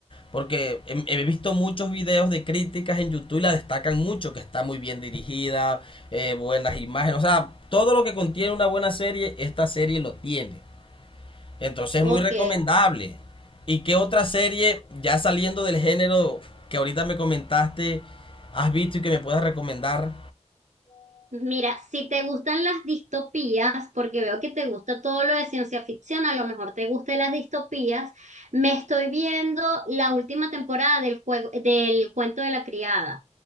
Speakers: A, on the left; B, on the right.
A: Porque he, he visto muchos videos de críticas en YouTube y la destacan mucho, que está muy bien dirigida, eh, buenas imágenes. O sea, todo lo que contiene una buena serie, esta serie lo tiene. Entonces
B: Ok.
A: es muy recomendable. ¿Y qué otra serie, ya saliendo del género que ahorita me comentaste, has visto y que me puedas recomendar?
B: Mira, si te gustan las distopías, porque veo que te gusta todo lo de ciencia ficción, a lo mejor te gustan las distopías, me estoy viendo la última temporada del juego, del cuento de la criada.